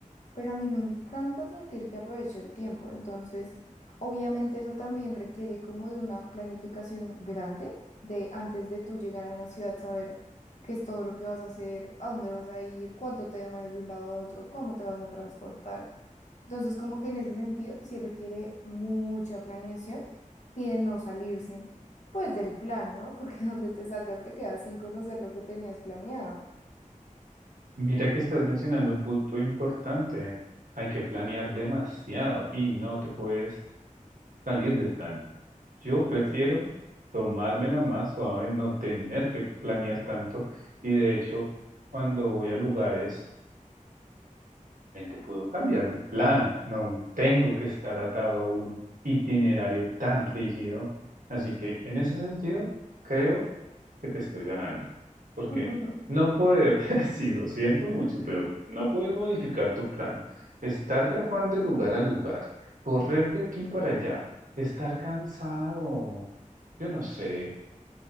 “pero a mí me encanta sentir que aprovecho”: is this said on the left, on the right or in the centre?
Left